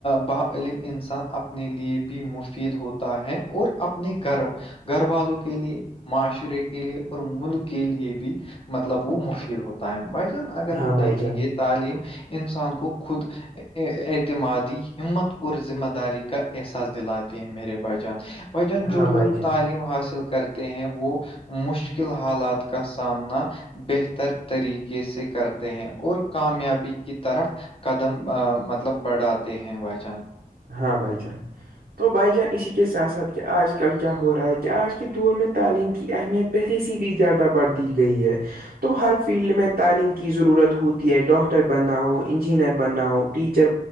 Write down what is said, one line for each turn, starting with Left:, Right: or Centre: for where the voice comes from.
Left: بعلم انسان اپنے لیے بھی مفید ہوتا ہے اور اپ ن گھرو گھر والوں کے لیے معاشرے کے لیے اور ملک کے لیے بھی مطلب وہ مفید ہوتا ہے بھائی جان اگر ہم
Right: ہاں
Left: دیکھیں
Right: بھائی جان
Left: گے تعلیم انسان کو خود اعتمادی ہمت اور ذمہ داری کا احساس دلاتے ہیں میرے بائی جان وجن
Right: ہاں
Left: جو
Right: بھائی
Left: لوگ
Right: جان
Left: تعلیم حاصل کرتے ہیں وہ مشکل حالات کا سامنا بہتر طریقے سے کرتے ہیں اور کامیابی کی طرف قدم مطلب بڑھاتے ہیں بھائی جان
Right: ہاں بھائی چان تو بھائی جان اسی کے ساتھ ساتھ کہ آج کل کیا ہو رہا ہے کہ آج کے دور میں تعلیم کی اہمیت پہلے سےی بھی زیادہ بڑھ دی گئی ہے تو ہر فیلڈ میں تعلیم کی ضرورت ہوتی ہے ڈاکٹر بننا ہو انجینئر بننا ہو ٹیچر